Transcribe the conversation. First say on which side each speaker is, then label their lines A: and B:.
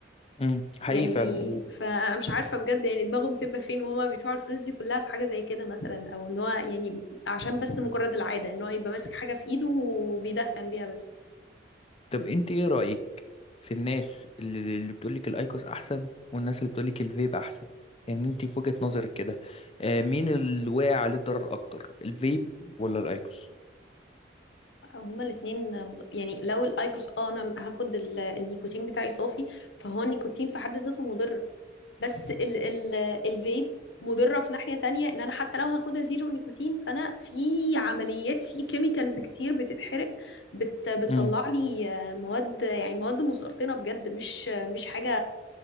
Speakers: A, on the left; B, on the left.
A: امم حقيقي
B: يعني
A: فعلا
B: فانا مش عارفه بجد يعني دماغهم بتبقى فين وهما بيدفعوا الفلوس دي كلها في حاجه زي كده مثلا او ان هو يعني عشان بس مجرد العاده ان هو يبقى ماسك حاجه في ايده وبيدخن بيها بس
A: طب انت ايه رأيك في الناس اللي اللي بتقولك الايكوس احسن والناس اللي بتقولك الفيب احسن يعني انت في وجهة نظرك كده آه، مين اللي واقع عليه الضرر اكتر الفيب ولا الايكوس
B: هما الاثنين يعني لو الايكوس اه انا هاخد ال- النيكوتين بتاعي صافي فهو النيكوتين في حد ذاته مضر بس ال ال الفيب مضرة في ناحية تانية ان انا حتى لو هاخدها زيرو نيكوتين فانا في عمليات في كيميكالز كتير بتتحرق بت بتطلع
A: امم
B: لي آه، مواد يعني مواد مسرطنة بجد مش مش حاجة